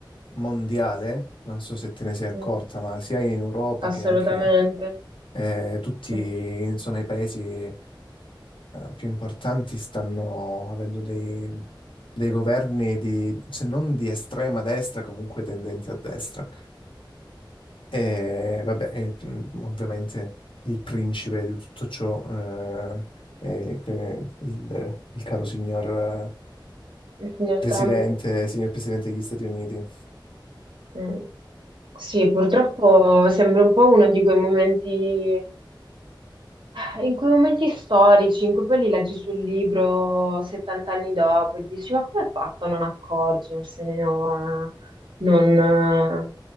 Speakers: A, on the left; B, on the right.
A: mondiale, non so se te ne sei accorta,
B: mm,
A: ma sia in Europa che
B: assolutamente.
A: anche eh, tutti,
B: Mm,
A: insomma, i paesi eh, più importanti stanno avendo dei, dei governi di, se non di estrema destra, comunque tendenti a destra. E vabbè, e, mm, ovviamente il principe di tutto ciò eh, è que- il, il caro signor eh,
B: Il signor
A: presidente,
B: Trump.
A: signor presidente degli Stati Uniti.
B: mm. Sì, purtroppo sembra un po' uno di quei momenti Ah, in quei momenti storici in cui poi li leggi sul libro 70 anni dopo e dici, ma come ha fatto a non accorgersene o a non, eh,